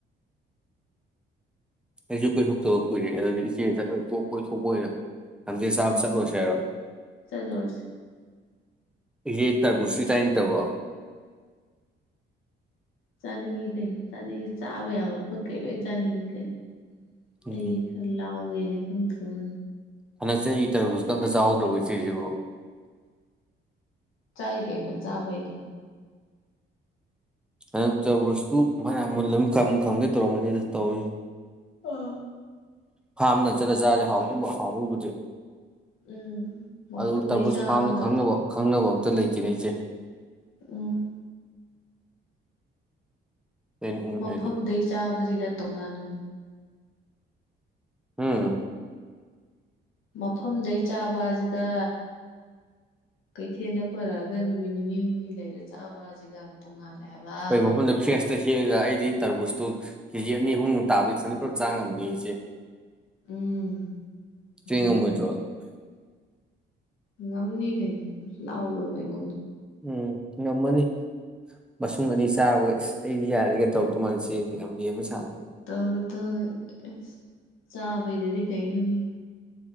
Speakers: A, in the centre; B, on the left.
A: ꯑꯩꯁꯨ ꯀꯣꯏꯊꯣꯛꯇꯕ ꯀꯨꯏꯔꯦ ꯑꯗꯨꯗꯤ ꯏꯆꯦꯗ ꯑꯗꯨ ꯇꯣꯛꯄ ꯀꯣꯏꯊꯣꯛꯄ ꯑꯣꯏꯅ ꯊꯝꯆꯦꯠ ꯆꯥꯕ
B: ꯎꯝ
A: ꯆꯠꯂꯣꯁꯦ ꯍꯥꯏꯔꯣ
B: ꯆꯠꯂꯨꯔꯁꯤ
A: ꯌꯦ ꯇꯔꯕꯨꯁ ꯁꯤ ꯆꯥꯅꯤꯡꯗꯕꯔꯣ
B: ꯆꯥꯅꯤꯡꯉꯤ ꯀꯩꯅꯣ ꯆꯥꯅꯤꯡꯉꯤ ꯆꯥꯕ ꯌꯥꯕ ꯄꯣꯠ ꯀꯩ ꯂꯣꯏ ꯆꯥꯅꯤꯡꯉꯤ ꯀꯩꯅꯣ
A: ꯎꯝ
B: ꯑꯩꯒꯤ ꯂꯥꯎꯋꯦꯁꯦ ꯈꯗ꯭ꯔꯣ ꯅꯪ
A: ꯍꯟꯗꯛ ꯆꯍꯤꯒꯤ ꯇꯔꯥꯕꯨꯁꯀ ꯑꯃꯠꯇ ꯆꯥꯍꯧꯗ꯭ꯔꯣ ꯏꯆꯦꯁꯤꯕ‌ꫭ
B: ꯆꯥꯏ ꯀꯩꯅꯣ ꯆꯥ ꯕꯩꯗꯤ
A: ꯍꯟꯗꯛ ꯇꯧꯨꯔꯁꯨ ꯐꯅ ꯃꯨꯜ ꯑꯃ ꯈꯝ ꯈꯪꯒꯦ ꯇꯧꯔꯝꯕꯅꯤꯗ ꯇꯧꯏ
B: ꯑꯥ
A: ꯐꯥꯝꯅ ꯆꯠꯂ ꯆꯥꯗꯤ ꯍꯥꯎꯗꯕ ꯍꯥꯎꯕꯕꯨꯗꯤ
B: ꯎꯝ ꯃꯐꯝꯗꯩ
A: ꯑꯗꯨ ꯇꯔꯕꯨꯁ
B: ꯆꯥꯕꯒ
A: ꯐꯥꯔꯝꯗꯨ ꯈꯪꯅꯕ ꯈꯪꯅꯕ ꯑꯝꯇ ꯂꯩꯇꯦꯅꯦ ꯑꫯꯆꯦ
B: ꯎꯝ
A: ꯑꯩꯅ ꯎꯅꯤꯡꯉꯗꯤ
B: ꯃꯐꯝꯗꯩ ꯆꯥꯕꯁꯤꯒ ꯇꯣꯉꯥꯟꯕꯅꯤ
A: ꯎꯝ
B: ꯃꯐꯝꯗꯩ ꯆꯥꯕꯁꯤꯒ ꯀꯩꯊꯦꯜꯗ ꯄꯨꯔꯛꯑꯒ ꯅꯨꯃꯤꯠ ꯅꯤꯅꯤ ꯍꯨꯝꯅꯤ ꯂꯩꯔ ꯆꯥꯕꯁꯤꯒ ꯇꯨꯡꯉꯂꯦ ꯍꯥꯏꯕ
A: ꯍꯣꯏ ꯃꯐꯝꯗ ꯐ꯭ꯔꯦꯁ ꯍꯦꯛꯇ ꯍꯦꯛꯂꯒ ꯑꯩꯗꯤ ꯇꯔꯕꯨꯁꯇꯣ ꯀꯦꯖꯤ ꯑꯅꯤ ꯑꯍꯨꯝꯃꯨꯛ ꯇꯥꯕꯗꯨ ꯏꯊꯟꯇ ꯄꯨꯂꯞ ꯆꯥꯉꯝꯅꯤ ꯏꯆꯦ
B: ꯎꯝ
A: ꯏꯆ‌ꯦ
B: ꯑꯗꯨꯅꯤ
A: ꯉꯝꯃ‌ꫭꯏꯗ꯭ꯔꯣ
B: ꯉꯝꯅꯤ ꯀꯩꯅ‌ꫭ ꯂꯥꯎꯒ꯭ꯔꯥꯕ ꯑꯩꯉ‌ꫭꯟ
A: ꯎꯝ ꯉꯝꯃꯅꯤ ꯃꯁꯨꯡ ꯑꯅꯤ ꯆꯥꯕꯒ ꯏꯁ ꯑꯩꯗꯤ ꯌꯥꯔꯦꯒ ꯇꯧꯔꯛ ꯇ‌ꫭꯏ ꯃꯥꯥꯟꯂꯤ ꯏꯆꯦ ꯌꯥꯝ ꯂꯦꯝ ꯁꯥꯕꯤ
B: ꯇꯧꯔ‌ꫭꯏ ꯇꯧꯔ‌ꫭꯏ ꯑꯁ ꯆꯥꯕꯩꯗꯗꯤ ꯀꯩꯅꯣꯅ‌ꯦ